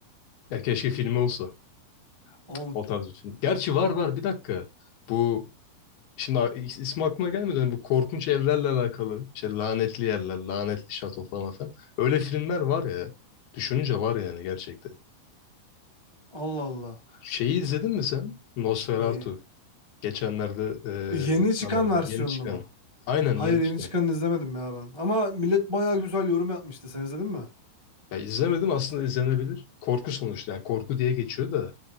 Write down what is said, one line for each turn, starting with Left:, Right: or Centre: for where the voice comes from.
Left: Ya keşke filmi olsa.
Right: Oğlum
Left: O tarz bir film. Gerçi var var bir dakika. Bu Şimdi a- is- ismi aklıma gelmedi. Hani bu korkunç evlerle alakalı. işte lanetli yerler, lanetli şato falan falan. Öyle filmler var ya. Düşününce var yani gerçekten.
Right: Allah Allah.
Left: Şeyi izledin mi sen? Nosferatu.
Right: Neyi?
Left: Geçenlerde
Right: Yeni
Left: e, sinemaya
Right: çıkan
Left: geldi.
Right: versiyonunu
Left: Yeni çıkan.
Right: mu?
Left: Aynen
Right: Hayır
Left: yeni
Right: yeni
Left: çıkan.
Right: çıkanını izlemedim ya ben. Ama millet bayağı güzel yorum yapmıştı. Sen izledin mi?
Left: Ya izlemedim aslında izlenebilir. Korku sonuçta. Yani korku diye geçiyor da.